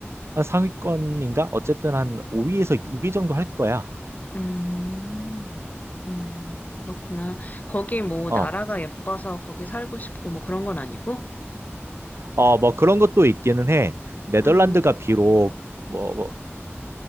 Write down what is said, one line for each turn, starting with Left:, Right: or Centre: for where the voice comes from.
Right: 아, 상위권인가? 어쨌든 한 5위에서 6위 정도 할 거야.
Left: 음, 음, 그렇구나. 거기 뭐
Right: 어,
Left: 나라가 예뻐서 거기 살고 싶고 뭐 그런 건 아니고?
Right: 어, 뭐 그런 것도 있기는 해. 네덜란드가
Left: 음..
Right: 비록 뭐, 뭐,